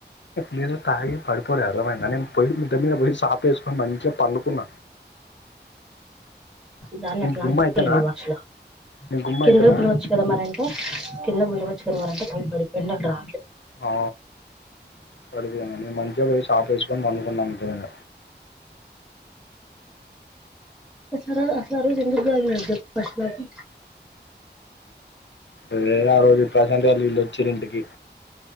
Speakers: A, on the left; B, in the centre.
A: నేను తాగి పడిపోలే అర్థమైందా నేన్ పోయి మిద్దె మీద పోయి సాప్ పేసుకొని మంచిగా పండుకున్న
B: దాన్ని అట్లా
A: గుమ్మ
B: అంటారులే
A: అయితేనా
B: మీ భాషలో
A: నేను గుమ్మ
B: కిందకి
A: అయితేనా
B: పిల్వచ్చు కదా మరి అంటే కిందకి పిల్వచ్చు పిలవరంటె తాగి పడిపోయిండంట రా
A: ఆ పడిపోయిన నేను మంచిగా పోయి సాప్ వేసుకొని పడుకున్నా మిద్దె మీద
B: అసలు అసలు ఆరోజు ఎందుకు తాగినవ్ చెప్పు ఫస్ట్ నాకు
A: ఏ ఆరోజు ఈ ప్రశాంత్గాళ్లు ఈల్లు వచ్చిర్రు ఇంటికి